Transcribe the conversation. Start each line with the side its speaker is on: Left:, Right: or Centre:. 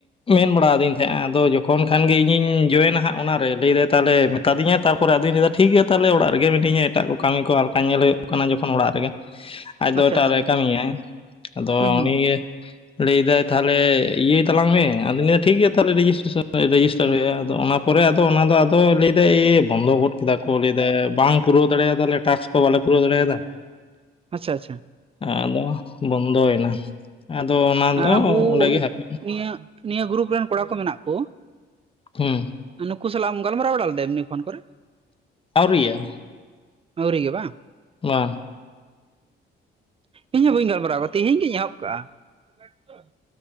Left: ᱢᱮᱱ ᱵᱟᱲᱟ ᱟᱹᱫᱤᱧ ᱛᱟᱦᱮᱸᱜᱼᱟ ᱟᱫᱚ ᱡ ᱮᱠᱷᱚᱱ ᱠᱷᱟᱱ ᱜᱮ ᱤᱧᱤᱧ ᱡᱚᱭᱮᱱᱟ ᱦᱟᱜ ᱚᱱᱟᱨᱮ ᱞᱟᱹᱭᱮᱫᱟᱭ ᱛᱟᱦᱚᱞᱮ ᱢᱮᱛᱟ ᱫᱤᱧᱟ ᱛᱟᱨᱯᱚᱨ ᱟᱫᱧ ᱞᱮᱭ ᱮᱫᱟ ᱴᱷᱤᱠ ᱜᱮᱭᱟ ᱛᱟᱦᱟᱞᱮ ᱚᱲᱟᱜ ᱨᱮᱜᱮ ᱢᱤᱱᱟᱹᱧᱟ ᱮᱴᱟᱜ ᱠᱚ ᱠᱟᱹᱢᱤ ᱠᱚ ᱟᱨ ᱵᱟᱝ ᱧᱮᱞ ᱦᱩᱭᱩᱜ ᱠᱟᱱᱟ ᱡᱚᱠᱷᱚᱱ ᱚᱲᱟᱜ ᱨᱮᱜᱮ ᱟᱡ ᱫᱚ
Right: ᱟᱪᱪᱷᱟ
Left: ᱮᱴᱟᱜ
Right: ᱟᱪᱪᱷᱟ
Left: ᱨᱮ ᱠᱟᱹᱢᱟᱭ ᱟᱫᱚ
Right: ᱦᱩᱸ ᱦᱩᱸ
Left: ᱩᱱᱤ
Right: ᱦᱩᱸ
Left: ᱜᱮ ᱞᱮᱭᱫᱟᱭ ᱛᱟᱦᱚᱞᱮ ᱤᱭᱟᱹᱭ ᱛᱞᱟᱝ ᱢᱮ ᱟᱫᱧ ᱞᱮᱭ ᱫᱟ ᱴᱷᱤᱠ ᱜᱮᱭᱟ ᱛᱟᱦᱟᱞᱮ ᱨᱮᱡᱤᱥᱴᱮᱥᱱ ᱨᱮᱡᱤᱥᱴᱟᱨ ᱦᱩᱭᱩᱜᱼᱟ ᱟᱫᱚ ᱚᱱᱟ ᱯᱚᱨᱮ ᱟᱫᱚ ᱚᱱᱟᱫᱚ ᱟᱫᱚ ᱞᱟᱹᱭ ᱮᱟᱭ ᱵᱚᱱᱫᱚ ᱜᱚᱫ ᱞᱟᱹᱭᱫᱟᱠᱲ ᱞᱟᱹᱭᱫᱟ ᱵᱟᱝ ᱯᱩᱨᱟᱹᱣ ᱫᱟᱲᱮᱭᱟᱫᱟ ᱞᱮ ᱴᱟᱠᱚ ᱠᱚ ᱵᱟᱞᱮ ᱯᱩᱨᱟᱹᱣ ᱫᱟᱲᱮᱭᱟᱫᱟ ᱾
Right: ᱟᱪᱪᱷᱟ ᱟᱪᱪᱷᱟ
Left: ᱟᱫᱚ ᱵᱚᱱᱫᱚᱭᱮᱱᱟ ᱾ ᱟᱫᱚ ᱚᱱᱟᱫᱚ
Right: ᱟᱵᱚ
Left: ᱚᱸᱰᱮ ᱜᱮ ᱦᱟᱹᱯᱤᱫ ᱮᱱᱟ ᱾
Right: ᱱᱤᱭᱟᱹ ᱱᱤᱭᱟᱹ ᱜᱨᱩᱯ ᱨᱮᱱ ᱠᱚᱲᱟ ᱠᱚ ᱢᱮᱱᱟᱜ ᱠᱚ
Left: ᱦᱩᱸ
Right: ᱱᱩᱠᱩ ᱥᱟᱞᱟᱜ-ᱟᱢ ᱜᱟᱞᱢᱟᱨᱟᱣ ᱵᱟᱲᱟ ᱞᱮᱫᱟ ᱮᱢᱱᱤ ᱯᱷᱳᱱ ᱠᱚᱨᱮ
Left: ᱟᱹᱣᱨᱤᱭᱟ
Right: ᱟᱹᱣᱨᱤ ᱜᱮ ᱵᱟᱝ
Left: ᱵᱟᱝ
Right: ᱤᱧ ᱦᱚᱸ ᱵᱟᱹᱧ ᱜᱟᱞᱢᱟᱨᱟᱣ ᱟᱠᱟᱫ ᱛᱮᱦᱤᱧ ᱜᱤᱧ ᱮᱦᱚᱵ ᱠᱟᱜᱼᱟ ᱴᱨᱟᱠᱴᱳᱨ